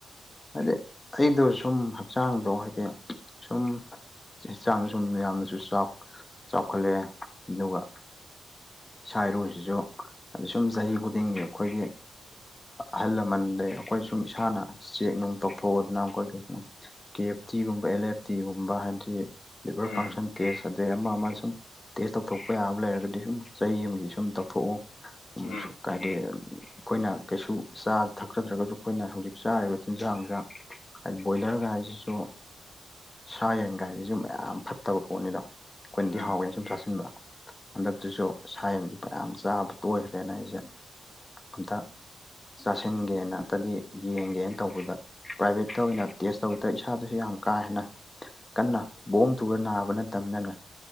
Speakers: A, on the left (about 15°); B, on the left (about 85°).
A: ꯍꯥꯏꯗꯤ ꯑꯩꯗꯣ ꯁꯨꯝ ꯍꯛꯆꯥꯡꯗꯣ ꯍꯥꯏꯗꯤ ꯁꯨꯝ ꯆ ꯆꯥꯡꯗ ꯁꯨꯝ ꯌꯥꯝꯌꯥꯝꯅꯁꯨ ꯆꯥꯎꯈꯠꯂꯛꯑꯦ ꯑꯗꯨꯒ ꯏꯁꯥ ꯏꯔꯨꯁꯤꯁꯨ ꯑ ꯁꯨꯝ ꯆꯍꯤ ꯈꯨꯗꯤꯡꯒꯤ ꯑꯩꯈꯣꯏꯒꯤ ꯑꯍꯜ ꯂꯃꯟꯗꯩ ꯑꯩꯈꯣꯏ ꯁꯨꯝ ꯏꯁꯥꯅ ꯆꯦꯛ ꯅꯨꯡ ꯇꯧꯊꯣꯛꯑꯗꯅ ꯑꯩꯈꯣꯏ ꯀꯩ ꯁꯨꯝ ꯀꯦ ꯑꯦꯐ ꯇꯤꯒꯨꯝꯕ ꯑꯦꯜ ꯑꯦꯐ ꯇꯤꯒꯨꯝꯕ ꯍꯥꯏꯗꯤ ꯂꯤꯚꯔ
B: ꯎꯝ
A: ꯐꯪꯁꯟ ꯇꯦꯁ ꯑꯗꯩ ꯑꯃ ꯑꯃ ꯁꯨꯝ ꯇꯦꯁ ꯇꯧꯊꯣꯛꯄ ꯌꯥꯕ ꯂꯩꯔꯒꯗꯤ ꯁꯨꯝ ꯆꯍꯤ ꯑꯃꯒꯤ ꯁꯨꯝ ꯇꯧꯊꯣꯛꯎ ꯁꯨꯝ
B: ꯎꯝ
A: ꯁꯨꯛ ꯀꯗꯗꯤ ꯑꯩꯈꯣꯏꯅ ꯀꯩꯁꯨ ꯆꯥ ꯊꯛꯆꯗ꯭ꯔꯒꯁꯨ ꯑꯩꯈꯣꯏꯅ ꯍꯧꯖꯤꯛ ꯆꯥꯔꯤꯕ ꯇꯤꯟꯖꯥꯡꯗ ꯕꯣꯏꯂꯔꯒ ꯍꯥꯏꯁꯤꯁꯨ ꯁꯥ ꯌꯦꯟꯒꯥꯏꯁꯤꯁꯨ ꯃꯌꯥꯝ ꯐꯠꯇꯕ ꯄꯣꯠꯅꯤꯗꯣ ꯑꯩꯈꯣꯏꯅꯗꯤ
B: ꯎꯝ
A: ꯍꯥꯎꯒꯦꯅ ꯁꯨꯝ ꯁꯥꯁꯤꯡꯟꯗ ꯍꯟꯗꯛꯇꯨꯁꯨ ꯁꯥꯏꯟꯁꯨ ꯐꯌꯥꯝ ꯆꯥꯕ ꯇꯣꯏꯈ꯭ꯔꯦꯅ ꯑꯩꯁꯦ ꯑꯝꯇ ꯆꯥꯁꯤꯟꯒꯦꯅꯝꯇꯗꯤ ꯌꯦꯡꯒꯦꯅ ꯇꯧꯕꯤꯕ ꯄ꯭ꯔꯥꯏꯚꯦꯠꯇ ꯑꯣꯏꯅ ꯇꯦꯁ ꯇꯧꯕꯗ ꯏꯁꯥꯗꯨꯁꯨ ꯌꯥꯝ ꯀꯥ ꯍꯦꯟꯅ ꯀꯟꯅ ꯕꯣꯝ ꯊꯨꯔ ꯅꯥꯕ ꯅꯠꯇꯃꯤꯅ